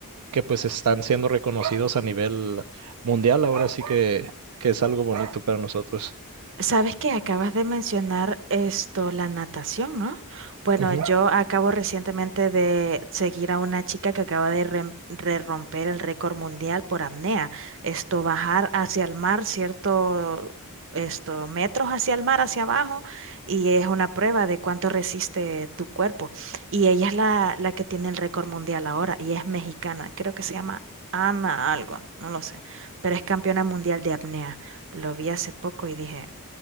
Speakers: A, on the right; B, on the right.
A: que pues están siendo reconocidos a nivel mundial, ahora sí que, que es algo bonito para nosotros.
B: Sabes que acabas de mencionar esto, la natación, ¿no? Bueno,
A: Ujú.
B: yo acabo recientemente de seguir a una chica que acaba de rem- re- romper el récord mundial por apnea. Esto, bajar hacia el mar, cierto, esto, metros hacia el mar, hacia abajo, y es una prueba de cuánto resiste tu cuerpo. Y ella es la, la que tiene el récord mundial ahora, y es mexicana. Creo que se llama Ana algo, no lo sé, pero es campeona mundial de apnea. Lo vi hace poco y dije...